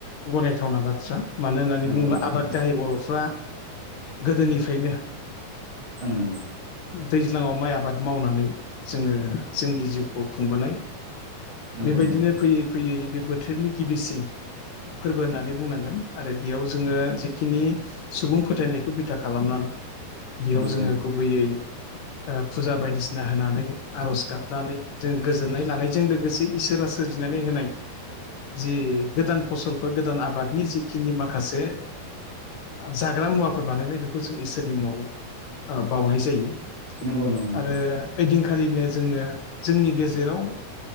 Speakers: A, on the left (about 65°); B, on the right (about 60°).
A: गनायथावना बाथ्रा मानो होननानै
B: नंगौ
A: बुङोब्ला
B: नोंथां
A: आबाद
B: ओं
A: गाहाय बर'फ्रा। गोदोनिफ्रायनो
B: नंगौ
A: दैज्लाङाव माइ आबाद मावनानै। जोङो जोंनि जिउखौ खुंबोनाय
B: नंगौ
A: बेबायदिनो
B: नंगौ
A: फैयै फैयै। बोथोरनि गिबिसिन फोरबो होननानै बुंनांगोन आरो बेयाव जोङो जिेखिनि सुबुं फोथायनायखौ बिथा खालामनानै बेयाव
B: नंगौ
A: जोङो
B: नंगौ
A: गुबैयै फुजा बायदिसिना ना होनानै आर'ज गाबनानै जोङो गोजोननाय लानायजों लोगोसे इसोरा सोरजिनानै होनाय जि गोदान फसलफोर गोदान आबादनि जिखिनि माखासे जाग्रा मुवाफोर बानायनाय बेखौ जों इसोरनि मुङाव बावनाय जायो।
B: नंगौ नंगौ नोंथां।
A: आरो ओइदिनखालिनो जोङो जोंनि गेजेराव।